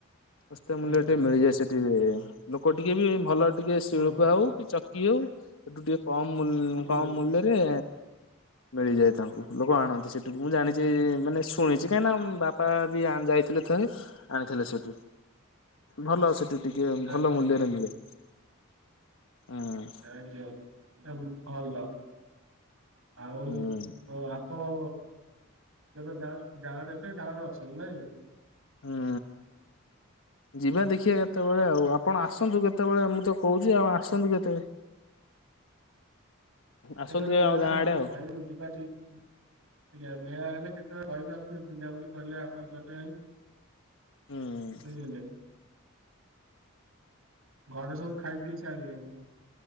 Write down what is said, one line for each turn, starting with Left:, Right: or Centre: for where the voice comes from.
Left: ଶସ୍ତା ମୂଲ୍ୟ
Right: ଆଜ୍ଞା
Left: ଟିକେ ମିଳିଯାଏ ସେଠି ଲୋକ ଟିକେ ବି ଭଲ ଟିକେ ଶିଳୁ
Right: ହଁ
Left: ପୁଆ ହଉ କି ଚକି ହଉ ସେଠୁ ଟିକେ କମ ମୂଲ୍
Right: ହୁଁ
Left: କମ ମୂଲରେ ମିଳିଯାଏ ତାଙ୍କୁ ଲୋକ ଆଣନ୍ତି ସେଠକୁ ମୁଁ ଜାଣିଛି ମାନେ ଶୁଣିଛି କାହିଁନା ବାପା ବି ଯାଇଥିଲେ ଥରେ। ଆଣିଥିଲେ ସେଠୁ ଭଲ ସେଠି ଟିକେ
Right: ଆଜ୍ଞା
Left: ଭଲ ମୂଲ୍ୟରେ ମିଳେ ହଁ।
Right: <unintelligible> ଭଲ ଆଉ
Left: ହୁଁ
Right: ଆ ଆପଣ କେବେ ଗାଁ କୁ ଗାଁରେ ଏବେ ଗାଁ ରେ ଅଛନ୍ତି ନାଇଁ?
Left: ହୁଁ ଯିବା ଦେଖିବା କେତେବେଳେ ଆଉ ଆପଣ ଆସନ୍ତୁ କେତେ ବେଳେ ମୁଁ ତ କହୁଛି ଆଉ ଆସନ୍ତୁ କେତେବେଳେ। ଆସନ୍ତୁ
Right: କେତେବେଳେ
Left: କେବେ
Right: ମେଳା
Left: ଆମ
Right: ହେଲା
Left: ଗାଁ ଆଡେ
Right: ଆମକୁ
Left: ଆଉ
Right: କହିବେ ଯିବା ଟିକେ। ଆଜ୍ଞା ମେଳା ହେଲେ କେତେବେଳେ କହିବେ ଆମେ ଟିକେ ବୁଲାବୁଲି କରିବା ଆପଣଙ୍କ ସହ ଯାଇଁ।
Left: ହୁଁ
Right: ବୁଝିଲେ। ଘରେ ସବୁ ଖାଇ ପିଇ ସାରିଲେଣିି?